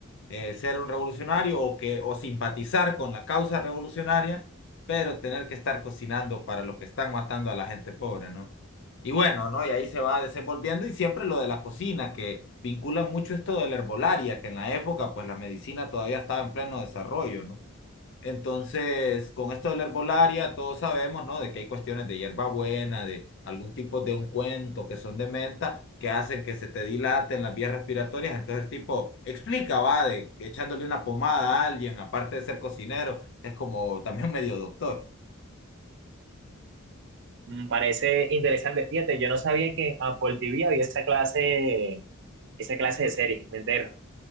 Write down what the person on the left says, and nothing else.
eh, ser un revolucionario o que o simpatizar con la causa revolucionaria, pero tener que estar cocinando para los que están matando a la gente pobre, ¿no? Y bueno, ¿no? Y ahí se va desenvolviendo y siempre lo de la cocina, que vinculan mucho esto de la herbolaria, que en la época pues la medicina todavía estaba en pleno desarrollo, ¿no? Entonces, con esto de la herbolaria, todos sabemos, ¿no? De que hay cuestiones de hierbabuena, de algún tipo de ungüento que son de menta, que hacen que se te dilaten las vías respiratorias. Entonces el tipo explica, va, de que echándole una pomada a alguien, aparte de ser cocinero, es como también <laughs> medio doctor.